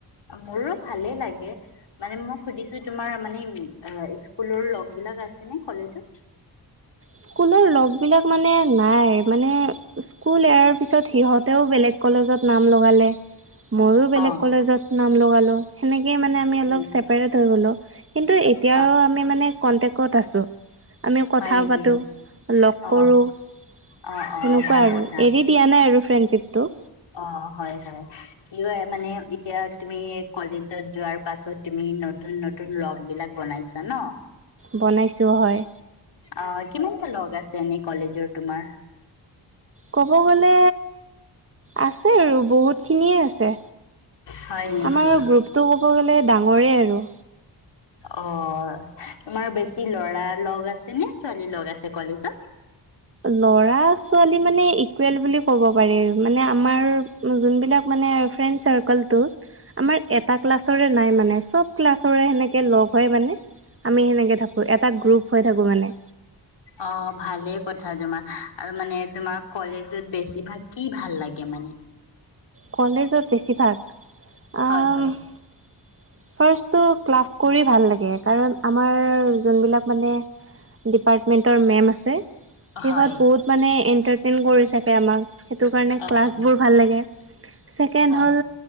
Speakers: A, on the left; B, on the right.
A: মোৰো ভালে লাগে মানে মই সুধিছো তোমাৰ মানে স্কুলৰ লগ বিলাক আছে নে কলেজত
B: স্কুলৰ লগ বিলাক মানে নাই মানে স্কুল এয়াৰ পিছত সিহঁতেও বেলেগ কলেজত নাম লগালে মইয়ো বেলেগ
A: অ
B: কলেজত নাম লগালো সেনেকে মানে আমি
A: হয়
B: অলপ
A: নেকি
B: চেপাৰেট হৈ গ'লোঁ কিন্তু এতিয়া
A: অ
B: বাৰু আমি মানে কণ্টেকত আছোঁ আমি কথা
A: হয় নেকি
B: পাত- টো লগ
A: অ
B: কৰোঁ তেনেকুৱা
A: অ অ ভাল
B: আৰু
A: কথা
B: এৰি দিয়া নাই আৰু ফ্ৰেণ্ডশ্বিপ তো
A: অ হয় হয় কি কয় মানে এতিয়া তুমি কলেজত যোৱাৰ পাছত তুমি নতুন নতুন লগ বিলাক বনাইছা ন
B: বনাইছোঁ হয়
A: অ কিমানটা লগ আছে এনেই কলেজৰ তোমাৰ
B: ক'ব গ'লে আছে আৰু বহুতখিনিয়ে আছে
A: হয় নেকি
B: আমাৰ গ্ৰুপটো ক'ব গ'লে ডাঙৰেই আৰু
A: অ তোমাৰ বেছি ল'ৰা লগ আছে নে ছোৱালী লগ আছে কলেজত
B: ল'ৰা ছোৱালী মানে ইকুৱেল বুলি ক'ব পাৰি মানে আমাৰ যোনবিলাক মানে ফ্ৰেণ্ড চাৰ্কলটো আমাৰ এটা ক্লাছৰে নাই মানে চব ক্লাছৰে সেনেকে লগ হয় মানে আমি সেনেকৈ থাকোঁ এটা গ্ৰুপ হৈ থাকোঁ মানে
A: অ ভালেই কথা তোমাৰ আৰু মানে তোমাৰ কলেজত বেছিভাগ কি ভাল লাগে মানে
B: কলেজত বেছিভাগ অ
A: হয় হয়
B: ফাৰ্ষ্টটো ক্লাছ কৰি ভাল লাগে কাৰণ আমাৰ যোনবিলাক মানে ডিপাৰ্টমেণ্টৰ মেম আছে সিহত
A: হয়
B: বুত মানে এণ্টা- টেন কৰি থাক বে আমাক সেইটো কাৰণে
A: অ
B: ক্লাছবোৰ
A: অ
B: ভাল লাগে ছেকেণ্ড
A: হয়
B: হ'ল